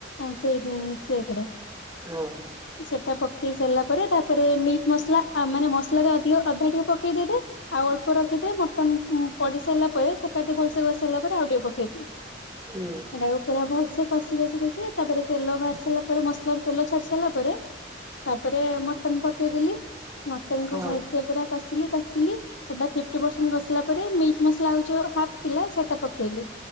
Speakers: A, on the left; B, on the right.
A: ଆଁ ସେଇ ସେଇଥିରେ।
B: ଓ ହଁ।
A: ସେଟା ପକେଇ ସାରିଲା ପରେ ତାପରେ ମିଟ୍ ମସଲା। ଆ ମାନେ ମସଲାରେ ଅଧିକ ଅଧା ଟିକେ ପକେଇ ଦେଇଥାଏ। ଆଉ ଅଳ୍ପ ରଖିଥାଏ ମଟନ ଉଁ ପଡି ସାରିଲା ପରେ ସେ ତାକୁ ଟିକେ ଭଲ ସେ କସି ସାରିଲା ପରେ ଆଉ ଟିକେ ପକେଇ ଦିଏ।
B: ହୁଁ।
A: ତାକୁ ପୁରା ଭଲସେ କଷି କସି କହି ତାପରେ ତେଲ ବାହାରି ସାରିଲା ପରେ ମସଲାରୁ ତେଲ ଛାଡି ସାରିଲା ପରେ। ତାପରେ ମଟନ ପକେଇଦେଲି ମଟନ
B: ହଁ
A: କୁ ଭଲସେ ପୁରା। କସିଲି କସିଲି ସେଟା ଫିପ୍ଟି ପରସେଣ୍ଟ କସିଲା ମିଟ ମସଲା ଆଉ ଯୋଉ ହାପ ଥିଲା ସେଟା ପ କେଇଲି